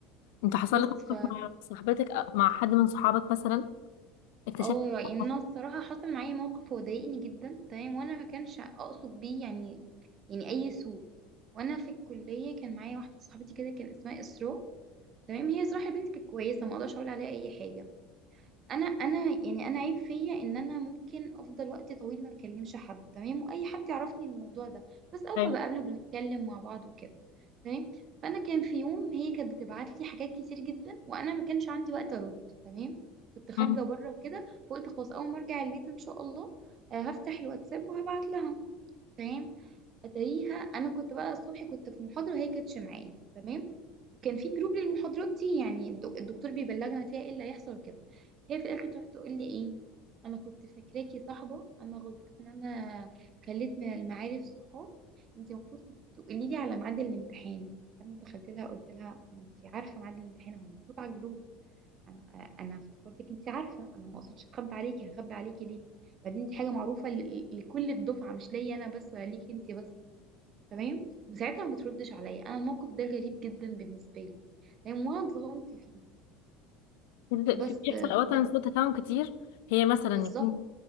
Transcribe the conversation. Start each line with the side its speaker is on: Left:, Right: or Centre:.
Left: انت حصل
Right: بس
Left: لك موقف
Right: ف
Left: مع صاحبتك أو مع حد من صحابك مثلا اكتشفت
Right: اه
Left: إن
Right: يعني
Left: هو-
Right: انا الصراحة حصل معايا موقف هو ضايقني جدا تمام وانا ما كانش اقصد بيه يعني يعني اي سوء وانا في الكلية كان معايا واحدة صاحبتي كده كان اسمها اسراء تمام هي صراحة بنتك كويسة ما اقدرش اقول عليها اي حاجة انا انا يعني انا عيب فيا ان انا ممكن افضل وقت طويل ما اكلمش حد تمام واي حد يعرفني الموضوع ده بس اول
Left: ايوه
Right: ما بقابله بنتكلم مع بعض وكده تمام فانا كان في يوم هي كانت بتبعت لي حاجات كتير جدا وانا ما كانش عندي وقت ارد تمام كنت خارجة
Left: أمم.
Right: بره وكده فقلت خلاص اول ما ارجع البيت ان شاء الله آه، هفتح الواتساب وهبعت لها تمام اتاريها انا كنت بقى الصبح كنت في محاضره وهي كانتش معايا تمام وكان في جروب للمحاضرات دي يعني الد- الدكتور بيبلغنا فيها ايه اللي هيحصل وكده هي في الاخر تروح تقول لي ايه انا كنت فاكراكي صاحبه انا غلطت ان انا خليت من المعارف صحاب انت المفروض كنت تقولي لي على ميعاد الامتحان لما دخلت لها قلت لها ما انت عارفه ميعاد الامتحان هو مكتوب على الجروب انا انا افتكرتك انت عارفه انا ما اقصدش اخبي عليكي هخبي عليكي ليه بعدين دي حاجه معروفه ل- ل- لكل الدفعه مش ليا انا بس ولا ليكي انت بس تمام وساعتها ما بتردش عليا انا الموقف ده غريب جدا بالنسبه لي لان وانا اتظلمت فيه
Left: في
Right: بس
Left: في- بيحصل
Right: آه، ف-
Left: اوقات سوء تفاهم كتير هي مثلا
Right: بالظبط
Left: يكون